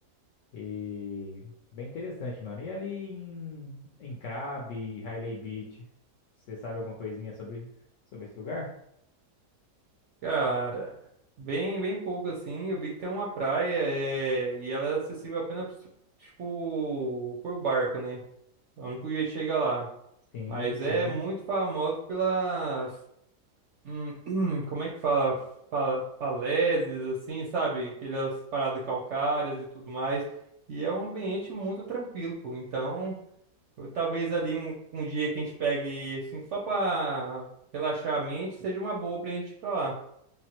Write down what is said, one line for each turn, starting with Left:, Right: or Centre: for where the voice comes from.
Left: E bem interessante, mano. E ali em, em Crabbe, Hailey Beach, você sabe alguma coisinha sobre, sobre esse lugar?
Right: Cara, bem, bem pouco assim. Eu vi que tem uma praia é, e ela é acessível apenas, tipo, por barco, né? É O único jeito que chega lá.
Left: Sim,
Right: Mas
Left: sim.
Right: é muito famoso pelas. hum, <clears throat> como é que fala? Fa- falésias, assim, sabe? Aquelas paradas calcárias e tudo mais. E é um ambiente muito tranquilo, pô. Então, eu- talvez ali um, um dia que a gente pegue, assim, só pra relaxar a mente, seja uma boa pra gente ir pra lá.